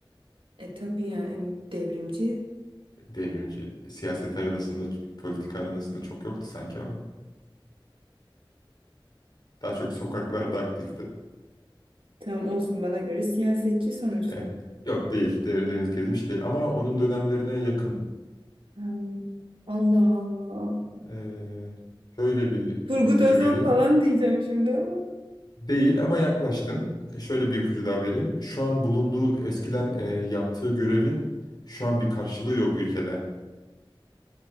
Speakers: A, on the right (about 75°); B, on the left (about 50°).
A: E tabii ya em- devrimci.
B: Devrimci. Siyaset arenasında, politika arenasında çok yoktu sanki ama. Daha çok sokaklarda aktifti.
A: Tamam olsun bana göre siyasetçi sonuçta.
B: Eh, yok değil. Dev- Deniz Gezmiş değil ama onun dönemlerine yakın.
A: Hmm, Allah Allah.
B: Ee, şöyle bir
A: Turgut
B: ipucu
A: Özal
B: vereyim.
A: falan diyeceğim şimdi ama.
B: Değil ama yaklaştın. E, Şöyle bir ipucu daha vereyim. Şu an bulunduğu eskiden e, yaptığı görevin şu an bir karşılığı yok ülkede.